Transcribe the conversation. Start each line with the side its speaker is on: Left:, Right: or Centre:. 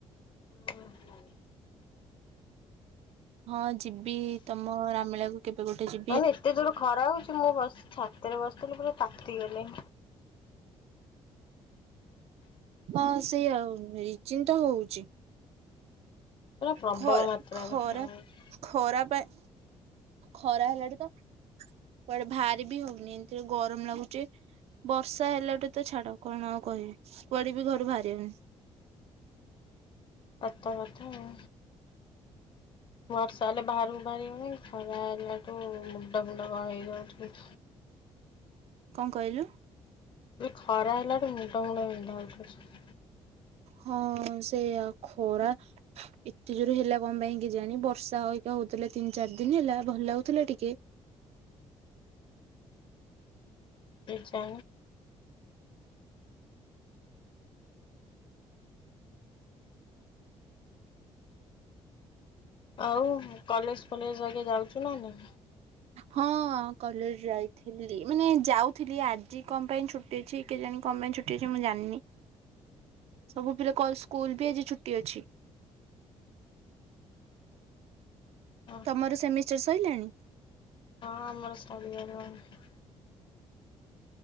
Left: ହଁ।
Right: ହଁ ଯିବି। ତମ ରାମିଳାକୁ କେବେ ଗୋଟେ ଯି
Left: ମାନେ ଏତେ ଜୋର ଖରା ହଉଛି ମୁଁ ବ ଛାତରେ ବସିଥିଲି ପୁରା ତାତି ଗଲି।
Right: ହଁ ସେଇ ଆଉ ରିଜିନ୍ ତ ହଉଛି।
Left: ପୁରା ପ୍ରବଳ
Right: ଖରା
Left: ମାତ୍ରାରେ
Right: ଖରା
Left: ହଉଛି
Right: ଖରା ପାଇଁ ଖରା ହେଲାଣି ତ କୁଆଡ଼େ ଭାରି ବି ହଉନି ଏମତି ଗରମ ଲାଗୁଚି ବର୍ଷା ହେଲାଠୁ ତ ଛାଡ଼ କଣ ଆଉ କହିବି କୁଆଡ଼େ ବି ଘରୁ ବାହାରି ହଉନି।
Left: ଅତ କଥା ଆଉ।
Right: <inaudible>
Left: ବର୍ଷା ହେଲେ ବାହହାରକୁ ବାହାରିିବନି ଖରା ହେଲାଠୁ ମୁଣ୍ଡ ମୁୁଣ୍ଡ କଣ ହେଇଯାଉଛି।
Right: କଣ କହିଲୁ?
Left: ଏ ଖରା ହେଇଲାଠୁ ମୁଣ୍ଡା ଗୁଣ୍ଡେ ବିନ୍ଧା ହଉଛି ବେସି।
Right: ହଁ ସେୟା ଖରା ଏତେ ଜୋର ହେଲା କଣ ପାଇଁ କିଜାଣି? ବର୍ଷା ହଇକା ହଉଥିଲା ତିନି ଚାରି ଦିନ ହେଲା ଭଲ ଲାଗୁଥିଲା ଟିକେ।
Left: ଏ ଚା ଆଉ କଲେଜ ଫଲେଜ ବାଗେ ଯାଉଛୁ ନା ନାଇ?
Right: ହଁ କଲେଜ ଯାଇଥିଲି ମାନେ ଯାଉଥିଲି। ଆଜି କଣ ପାଇଁ ଛୁଟି? ଛ ଅଛି କି ଜାଣ କଣ ପାଇଁ ଛୁଟି ଅଛି ମୁଁ ଜାଣିନି। ସବୁ ପିଲା କ ସ୍କୁ ସ୍କୁଲ ବି ଆଜି ଛୁଟି ଅଛି।
Left: ହଁ ହଁ
Right: ତମର ସେମିଷ୍ଟାର ସଇଲାଣି?
Left: ହଁ ଆମର ସରିଗଲାଣି।